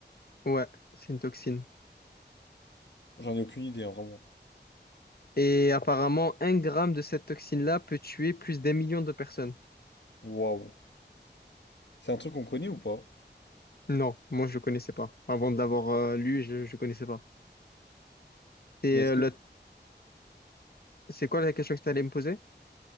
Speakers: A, on the left (about 60°); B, on the left (about 75°).
A: Ouais, c'est une toxine.
B: J'en ai aucune idée, hein, vraiment.
A: Et apparemment, un gramme de cette toxine-là peut tuer plus d'un million de personnes.
B: Waouh. C'est un truc qu'on connaît ou pas?
A: Non, moi, je ne connaissais pas. Avant de l'avoir euh, lu, je ne connaissais pas. Et
B: Mais est-ce
A: euh,
B: que
A: le- c'est quoi la question que tu allais me poser?